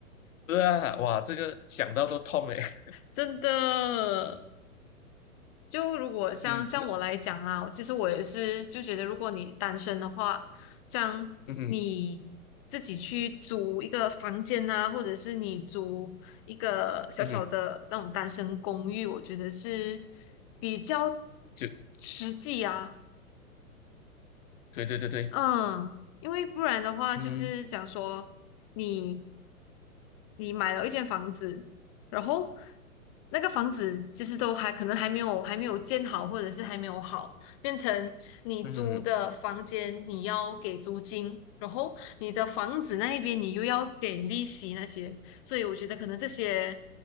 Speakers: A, on the left; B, on the left.
A: 对啊，哇，这个想到都痛哎。<laughs>
B: 真的。就如果像像我来讲啦，
A: 嗯，那
B: 其实我也是就觉得，如果你单身的话，这样你自己去租一个房间啊，
A: 嗯哼
B: 或者是你租一个小小的那种单身公寓，
A: 嗯哼，
B: 我觉得是比较
A: 就
B: 实际啊，
A: 对对对对，
B: 嗯。因为不然的话，
A: 嗯
B: 就是讲说你你买了一间房子，然后那个房子其实都还可能还没有还没有建好，或者是还没有好，变成你租的房间你要给租金，
A: 嗯，
B: 然后你的房子那一边你又要给利息那些，所以我觉得可能这些